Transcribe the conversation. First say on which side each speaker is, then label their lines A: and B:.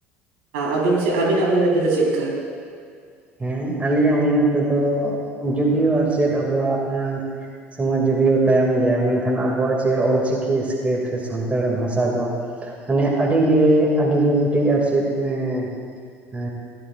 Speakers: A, on the right; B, on the right.
A: ᱟᱼᱟᱹᱵᱤᱱᱪᱮᱫ ᱟᱹᱵᱤᱱᱟᱜ ᱢᱮᱱ ᱛᱮ ᱫᱚ ᱪᱮᱜ ᱠᱟ?
B: ᱦᱮᱸ ᱟᱞᱤᱧᱟᱜ ᱢᱚᱱᱮ ᱛᱮᱫᱚ ᱡᱚᱫᱤᱭᱳ ᱟᱨ ᱪᱮᱫ ᱟᱵᱚᱣᱟᱜ ᱮᱸ ᱥᱚᱢᱟᱡᱽ ᱡᱩᱫᱤᱭᱳ ᱛᱟᱭᱚᱢ ᱜᱮᱭᱟ ᱢᱮᱱᱠᱷᱟᱱ ᱟᱵᱚᱣᱟᱜ ᱡᱮ ᱚᱞ ᱪᱤᱠᱤ ᱥᱠᱨᱤᱯ ᱥᱮ ᱥᱟᱱᱛᱟᱲᱤ ᱵᱷᱟᱥᱟ ᱫᱚ, ᱢᱟᱱᱮ ᱟᱹᱰᱤᱜᱮ ᱟᱹᱰᱤᱜᱮ ᱢᱤᱫᱴᱤᱡ ᱟᱨ ᱪᱮᱫ ᱮᱸ ᱮᱻ